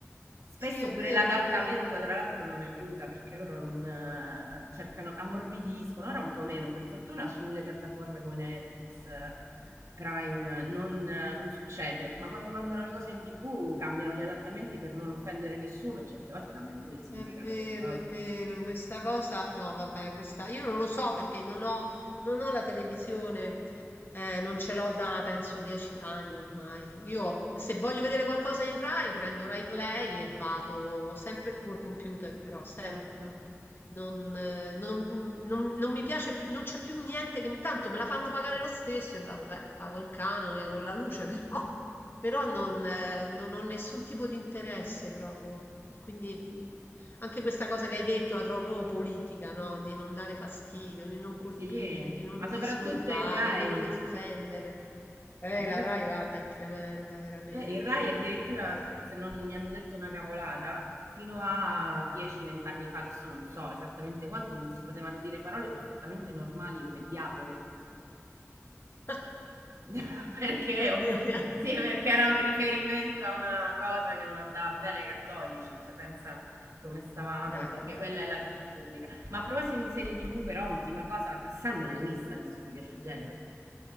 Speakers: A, on the right; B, on the left.
A: Spesso
B: Sì, è
A: pure
B: vero,
A: l'adattamento,
B: è vero,
A: tra l'altro, non aiuta perché loro non eh, cercano, ammorbidiscono, ora un po' meno, per fortuna sulle piattaforme come Netflix, eh, Prime, non, eh, non succede, ma quando mandano le cose in tv cambiano gli adattamenti per non offendere nessuno, certe volte cambiano pure il significato
B: è vero,
A: delle cose.
B: è vero. Questa cosa, no, vabbè, questa io non lo so perché non ho, non ho la televisione, eh, non ce l'ho da penso dieci anni ormai. Io se voglio vedere qualcosa in Rai, prendo Rai Play e vado sempre col computer, però sempre.
A: Certo,
B: Non, eh, non- non- non mi piace più, non c'è più niente che mi... Tanto me la fanno pagare lo stesso e vabbè, pago il canone con la luce, <laughs> però, però non, eh, non ho nessun tipo di interesse proprio. Quindi mh, anche questa cosa che hai detto la trovo proprio politica, no? Di non dare fastidio, di non colpire,
A: sì,
B: di non
A: ma soprattutto
B: disturbare,
A: il Rai,
B: di non offendere. Eh,
A: ma sopra-
B: la Rai, guarda, è tremenda, veramente.
A: Eh, il Rai addirittura, se se non mi hanno detto una cavolata, fino a 10-20 anni fa, adesso non so esattamente quanto, non si potevano dire parole perfettamente normali come diavolo.
B: <laughs>
A: <laughs> perché,
B: Oddio.
A: oh,
B: <laughs>
A: sì, perché era un riferimento a una cosa che non andava bene ai cattolici, cioè pensa come stavamo,
B: Dai,
A: perché
B: vabbè.
A: quella è la TV pubblica. Ma a proposito di serie TV, però, ultima cosa, Cassandra l'hai vista, visto che ti piace il genere.